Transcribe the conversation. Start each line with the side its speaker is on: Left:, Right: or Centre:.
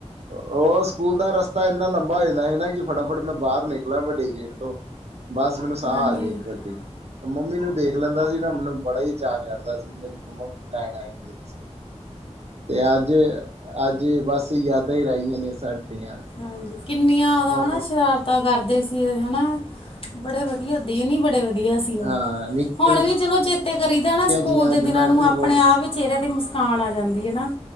Right: ਓ ਸਕੂਲ ਦਾ ਰਸਤਾ ਇੰਨਾ ਲੰਬਾ ਹੋ ਜਾਂਦਾ ਸੀ ਨਾ ਕਿ ਫਟਾਫਟ ਮੈਂ ਬਾਹਰ ਨਿਕਲਾਂ ਵੱਡੀ ਗੇਟ ਤੋਂ ਬਸ ਮੈਨੂੰ ਸਾਹ
Left: ਹਾਂਜੀ-ਹਾਂਜੀ।
Right: ਆਜੇ ਇੱਕ ਵਾਰੀ। ਮੰਮੀ ਨੂੰ ਦੇਖ ਲੈਂਦਾ ਸੀ ਨਾ ਮੈਨੂੰ ਬੜਾ ਈ ਚਾਅ ਚੜ੍ਹਦਾ ਸੀ। ਮੰ ਲੈਣ ਆਈ ਹੁੰਦੇ ਸੀ। ਤੇ ਅੱਜ-ਅੱਜ ਬਸ ਯਾਦਾਂ ਈ ਰਹਿ ਗਈਆਂ ਨੇ ਸਾਡੀਆਂ
Left: ਹਾਂਜੀ, ਕਿੰਨੀਆਂ ਉਦੋਂ
Right: ਹੁਣ
Left: ਹਨਾ ਸ਼ਰਾਰ ਤਾ ਕਰਦੇ ਸੀ ਹਨਾ। ਬੜੇ ਵਧੀਆ ਦਿਨ ਈ ਬੜੇ ਵਧੀਆ ਸੀ।
Right: ਹਾਂ ਨਿੱਕੇ
Left: ਹੁਣ ਵੀ ਚਲੋ ਚੇਤੇ ਕਰੀਦਾ ਨਾ
Right: ਕਿ
Left: ਸਕੂਲ
Right: ਜੀਆਂ
Left: ਦੇ
Right: ਜਮੈਟਰੀ
Left: ਦਿਨਾਂ ਨੂੰ ਆਪਣੇ
Right: ਬਾਕਸ
Left: ਆਪ ਚਿਹਰੇ ਤੇ ਮੁਸਕਾਨ ਆ ਜਾਂਦੀ ਆ ਨਾ